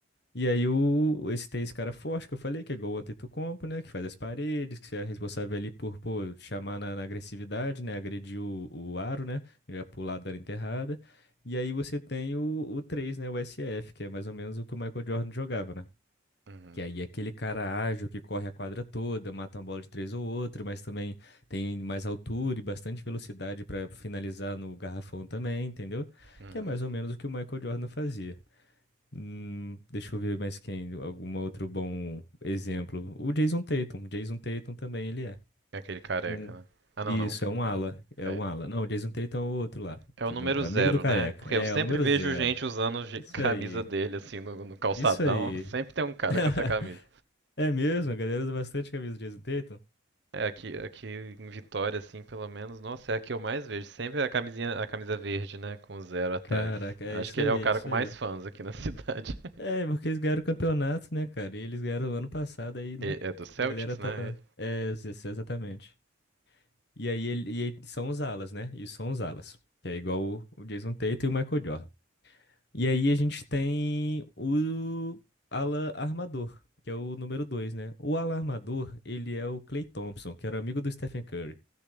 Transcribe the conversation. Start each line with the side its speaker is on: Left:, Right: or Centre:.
Left: E aí o, esse tem esse cara forte que eu falei, que é igual o Antetokounmpo, né? Que faz as paredes, que é responsável ali por, pô, chamar na, na agressividade, né? Agredir o, o aro, né? Já pular dando enterrada. E aí você tem o, o 3, né? O s f que é mais ou menos o que o Michael Jordan jogava, né?
Right: uhum,
Left: Que aí é aquele cara ágil que corre a quadra toda, mata uma bola de três ou outra, mas também tem mais altura e bastante velocidade pra finalizar no garrafão também, entendeu?
Right: uhum.
Left: Que é mais ou menos o que o Michael Jordan fazia. Hum, deixa eu ver mais quem, algum outro bom exemplo. O Jason Tatum. Jason Tatum também ele é.
Right: É aquele careca,
Left: Um,
Right: né? Ah,
Left: isso,
Right: não, não.
Left: é um ala. É
Right: É,
Left: um ala. Não, o Jason Tatum é o outro lá.
Right: é
Left: Que,
Right: o número
Left: não é-
Right: zero,
Left: amigo do careca.
Right: né? Porque
Left: É,
Right: eu sempre
Left: é o número
Right: vejo
Left: zero.
Right: gente usando ge-
Left: Isso
Right: <laughs> camisa
Left: aí.
Right: dele assim no, no calçadão,
Left: Isso aí.
Right: <laughs> sempre tem um cara
Left: <laughs>
Right: com essa camisa.
Left: É mesmo? A galera usa bastante camisa do Jason Tatum?
Right: É, aqui, aqui em Vitória, assim, pelo menos, nossa, é a que eu mais vejo. Sempre é a camisinha, a camisa verde, né? Com o zero atrás.
Left: Caraca, é
Right: Acho
Left: isso
Right: que ele
Left: aí,
Right: é o cara
Left: é isso
Right: com mais
Left: aí.
Right: fãs aqui na <laughs> cidade.
Left: É, porque eles ganharam o campeonato, né, cara? E eles ganharam ano passado aí, né?
Right: E- É do Celtics,
Left: A galera tá.
Right: né? Ele.
Left: É, ex- ex- exatamente. E aí, ele, e aí são os alas, né? E são os alas. Que é igual o, o Jason Tatum e o Michael Jordan. E aí a gente tem o ala armador, que é o número dois né? O ala armador, ele é o Klay Thompson, que era amigo do Stephen Curry.